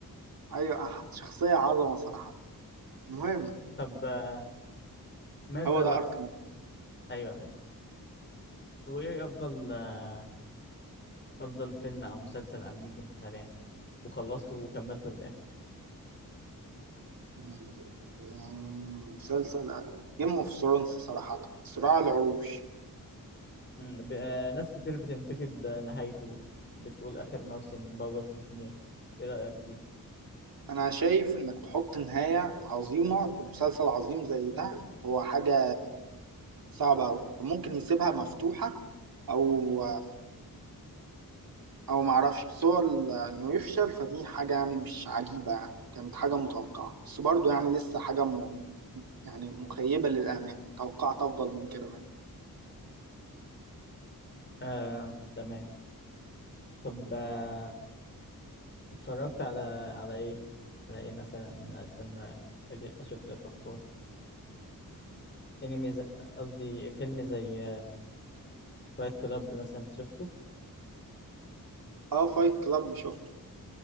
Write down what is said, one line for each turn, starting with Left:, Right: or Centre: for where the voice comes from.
Right: ايوه أح- شخصية عظمة صراحة المهم
Left: طب آه، ماذا
Right: هو ده
Left: لا
Right: ارك
Left: ايوه ايوه وايه افضل آه، افضل فيلم او مسلسل امريكي انت تابعته وخلصته وكملته للاخر
Right: مم، مسلسل جيم اوف ثرونز صراحة صراع العروش
Left: مم، ب- آه، ناس كتير بتنتقد نهايته بتقول آخر موسم بوظ الدنيا إيه رأيك فيه؟
Right: أنا شايف إنك تحط نهاية عظيمة لمسلسل عظيم زي ده هو حاجة صعبة أوي ممكن يسيبها مفتوحة أو أو معرفش بس هو ال- إنه يفشل فدي حاجة يعني مش عجيبة يعني كانت حاجة متوقعة بس برضه يعني لسه حاجة م... يعني مخيبة للآمال توقعت أفضل من كده منه
Left: آه، تمام طب آه، اتفرجت على على إيه؟ على إيه مثلا استنى أجي أشوف لك أفكار أنمي ز- قصدي فيلم زي فايت كلاب مثلا أنت شفته؟
Right: أه فايت كلاب شفته